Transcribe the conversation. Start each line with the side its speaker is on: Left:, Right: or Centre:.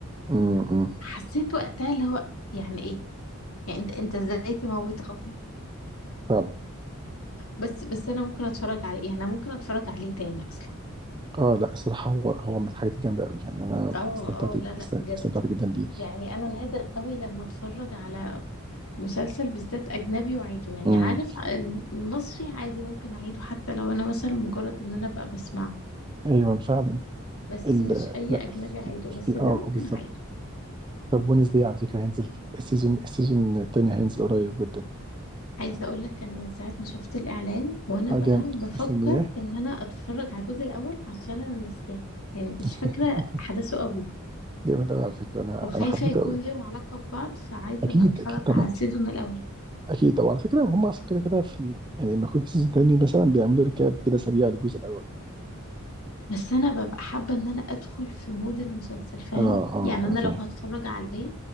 Right: امم
Left: حسيت وقتها اللي هو يعني ايه يعني انت انت ازاي تموت حب
Right: فعلا
Left: بس بس انا ممكن اتفرج عليه يعني انا ممكن اتفرج عليه تاني اصلا
Right: اه لا الصراحه هو هو من الحاجات الجامده قوي يعني انا
Left: اه
Right: استمتعت
Left: اه لا لا
Right: است-
Left: بجد
Right: استمتعت جدا بيه
Left: يعني انا نادر قوي لما اتفرج على مسلسل بالذات اجنبي واعيده يعني
Right: امم
Left: عارف المصري عادي ممكن اعيده حتى لو انا مثلا مجرد ان انا ابقى بسمعه
Right: ايوه فعلا
Left: بس
Right: ال...
Left: مش اي
Right: لا
Left: اجنبي
Right: في,
Left: اعيده بس
Right: في...
Left: ده
Right: اه
Left: ممكن
Right: آه، بالظبط
Left: اعيده
Right: طب ونس دي على فكرة هينزل السيزون السيزون التاني هينزل قريب جدا
Left: عايزة اقول لك انا من ساعة ما شفت الاعلان وانا
Right: اه
Left: بقى
Right: جامد
Left: بفكر
Right: مستنياه
Left: ان انا اتفرج على الجزء الاول عشان انا ناسياه يعني مش
Right: <laughs>
Left: فاكرة احداثه قوي
Right: جامد قوي على فكرة انا
Left: وخايفة
Right: انا حبيته
Left: يكون
Right: قوي
Left: ليهم علاقة ببعض فعايزة
Right: اكيد
Left: بقى اتفرج
Right: اكيد طبعا
Left: على السيزون الاول
Right: اكيد وعلى فكرة هم اصلا كده كده في ال- يعني لما يكون في سيزون تاني مثلا بيعملوا ريكاب كده سريع للجزء الاول
Left: بس انا ببقى حابة ان انا ادخل في مود المسلسل فاهم
Right: اه اه
Left: يعني انا
Right: اه فاهم
Left: لو هتفرج عليه